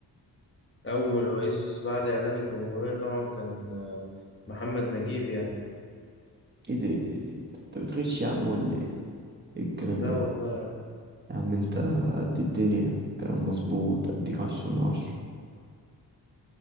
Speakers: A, on the left (about 30°); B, on the right (about 25°).
A: اول رئيس بعد اعلان الجمهورية طبعا كان آه، محمد نجيب يعني
B: ايه ده ايه ده ايه ده انت بتغش يا عم ولا ايه؟ ايه الكلام
A: لا
B: ده
A: والله يا
B: يا عم انت قد الدنيا كلام مظبوط اديك عشرة من عشرة